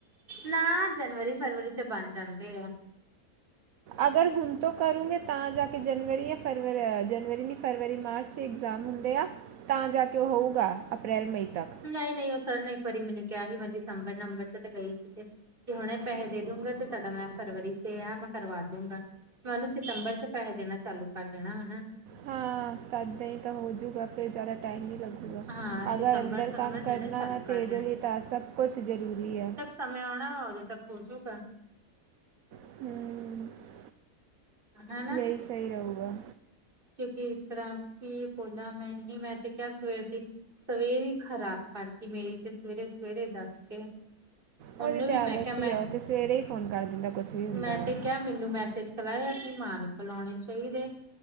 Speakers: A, on the right (about 35°); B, on the right (about 70°).
A: ਨਾ ਜਨਵਰੀ ਫਰਵਰੀ 'ਚ ਬਣ ਜਾਂਦੇ ਆ।
B: ਅਗਰ ਹੁਣ ਤੋਂ ਕਰੂੰਗੇ ਤਾਂ ਜਾ ਕੇ ਜਨਵਰੀ ਜਾਂ ਫਰਵਰੀ ਜਨਵਰੀ ਨਹੀਂ ਫਰਵਰੀ ਮਾਰਚ ਛੇ ਇਗਜ਼ਾਮ ਹੁੰਦੇ ਆ ਤਾਂ ਜਾ ਕੇ ਉਹ ਹੋਊਗਾ ਅਪ੍ਰੈਲ ਮਈ ਤੱਕ
A: ਨਹੀਂ ਨਹੀਂ ਉਹ ਸਰ ਨੇ ਇੱਕ ਵਾਰੀ ਮੈਨੂੰ ਕਿਹਾ ਸੀ ਮੈਂ ਦਸੰਬਰ ਨੰਬਰ ਚ ਤੇ ਗਈ ਸੀ ਤੇ ਜ ਹੁਣੇ ਪੈਸੇ ਦੇ ਦੂਗੇ ਤੇ ਤੁਹਾਡਾ ਮੈਂ ਫਰਵਰੀ ਚ ਆ ਮੈਂ ਕਰਵਾ ਦੂੰਗਾ ਉਹਨੂੰ ਸਤੰਬਰ 'ਚ ਪੈਸੇ ਦੇਣਾ ਚਾਲੂ ਕਰ ਦੇਣਾ ਹਨਾ।
B: ਹਾਂ ਤਦਾਂ ਹੀ ਤਾਂ ਹੋਜੂਗਾ ਫੇਰ ਜ਼ਿਆਦਾ ਟਾਈਮ ਨਹੀਂ ਲੱਗਦਾ।
A: ਹਾਂ
B: ਅਗਰ
A: ਸਤੰਬਰ
B: ਅੰਦਰ
A: ਤੁਹਾਨੂੰ
B: ਕੰਮ
A: ਮੈਂ ਦੇਣੇ
B: ਕਰਨਾ
A: ਚਾਲੂ
B: ਹੋਵੇ
A: ਕਰ
B: ਤਾਂ ਇਹਦੇ ਲਈ ਤਾਂ ਸਭ ਕੁਛ ਜ਼ਰੂਰੀ ਆ।
A: ਸਮੇ ਆਉਣਾ ਉਦੋਂ ਤੱਕ ਪਹੁੰਚੋਗਾ।
B: ਹੂੰ
A: ਹਨਾ।
B: ਇਹੀ ਸਹੀ ਰਹੂਗਾ।
A: ਕਿਉਂਕਿ ਇਸ ਤਰ੍ਹਾਂ ਕੀ ਬੋਲਾ ਮੈਂ ਨਹੀਂ ਮੈਂ ਤੇ ਕਿਹਾ ਸਵੇਰ ਦੀ ਸਵੇਰੇ ਹੀ ਖ਼ਰਾਬ ਕਰਤੀ ਮੇਰੀ ਤੇ ਸਵੇਰੇ- ਸਵੇਰੇ ਦੱਸ ਕੇ ਉਹਨੂੰ
B: ਉਹਦੀ ਤੇ
A: ਵੀ
B: ਆਦਤ
A: ਮੈਂ ਕਿਹਾ ਮੈਂ
B: ਹੀ ਆ ਉਹ ਤੇ ਸਵੇਰੇ ਹੀ ਫੋਨ ਕਰ ਦਿੰਦਾ ਕੁਛ ਵੀ ਹੁੰਦਾ
A: ਮੈਂ
B: ਵਾ।
A: ਤੇ ਕਿਹਾ ਮੈਨੂੰ ਮੈਸੇਜ ਕਲਾਇਆ ਆਪਣੀ ਮਾਂ ਨੂੰ ਕਲਾਉਣੇ ਚਾਹੀਦੇ